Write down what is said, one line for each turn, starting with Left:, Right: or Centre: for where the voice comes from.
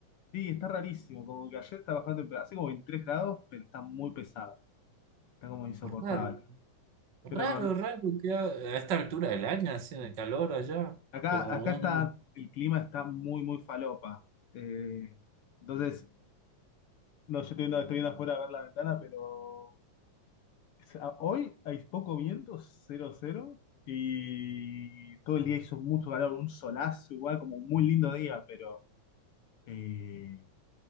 Left: Sí, está rarísimo. Como que ayer está bajando temperatura. Hace como 23 grados, pero está muy pesado. Está como insoportable.
Right: Raro, raro,
Left: Pero
Right: raro que a, a esta altura del año haciendo calor allá,
Left: acá,
Right: como
Left: acá está...
Right: un...
Left: El clima está muy, muy falopa. Eh, entonces, no, yo estoy viendo, estoy viendo afuera a ver la ventana, pero... sea, Hoy hay poco viento, cero cero, y todo el día hizo mucho calor, un solazo igual, como un muy lindo día, pero, eh,